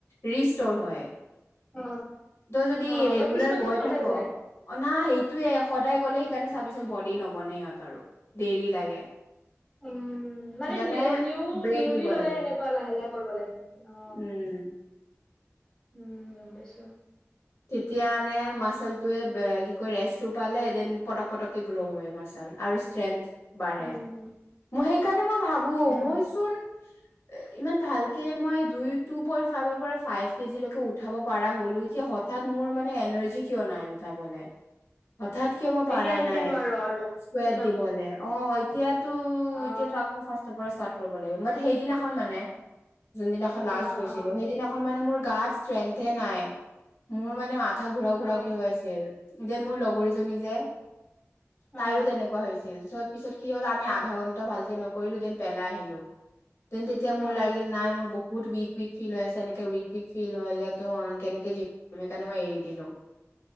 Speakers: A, on the left (about 60°); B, on the left (about 15°).
A: ৰিষ্টৰ হয়
B: অ
A: তই যদি
B: অ
A: ৰেগুলাৰ
B: বাট কিছুমানেচোন
A: গৈ
B: সদায়
A: থাক।
B: যায়
A: না সেইটোৱে সদায় গ'লে সেইকাৰণে চাবিচোন বডি নবনে সিহঁতৰো আৰু দেৰি লাগে।
B: উম। মানে
A: সেইকাৰণে
B: নি নিউ
A: ব্ৰেক
B: নিউলি
A: দিব
B: হলে
A: লাগে
B: সেনেকুৱা লাহে লাহে কৰিব লাগে নেকি অ।
A: উম
B: উম গম পাইছো।
A: তেতিয়া মানে মাচালটয়ে কি কয় ৰেষ্টটো পালে দেন পটক পটককে গ্ৰ' হয় মাচাল। আৰু ষ্ট্ৰেংথ বাঢ়ে
B: উম
A: মই সেইকাৰণে মই ভাবো
B: উম
A: মই চোন ইমান ভালকে মই দুই টু পইন্ ফাইৰ পৰা ফাইভ কেজি লৈকে উঠাব। পাৰা হলোঁ এতিয়া হঠাৎ মোৰ মানে এনাৰ্জি কিয় নাই উঠাবলে। হঠাৎ কিয় মই পাৰা
B: এতিয়া এতিয়া
A: নাই
B: নোৱাৰো আৰু
A: স্কোৱাড
B: উঠাব
A: দিবলৈ অ এতিয়া ত
B: অ
A: এতিয়াতো আকৌ ফাৰ্ষ্টৰ পৰা ষ্টাৰ্ট কৰিব লাগিব বাত সেইদিনাখন মানে যোনদিনাখন
B: অ
A: লাষ্ট
B: অ
A: গৈছিলো
B: অ
A: সেইদিনাখন
B: অ
A: মানে মোৰ গাত ষ্ট্ৰেন্থহে নাই। মোৰ মানে মাত কথা ঘূৰাও
B: অ
A: ঘুৰাও কি হৈ আছিল, যেন মোৰ লগৰীজনী যে
B: অ
A: তাইৰো তেনেকোৱা হৈছিল চব পিছত কি হ'ল আমি আধা ঘণ্টা ভালকৈ নকৰিলোঁ দেন পেলাই আহিলোঁ তেতিয়া মোৰ
B: অ
A: লাগিল নাই মোৰ বহুত উইক উইক ফিল হৈ আছে এনেকে উইক উইক ফিল হলে ত কেনেকে জিম সেইকাৰণে মই এৰি দিলো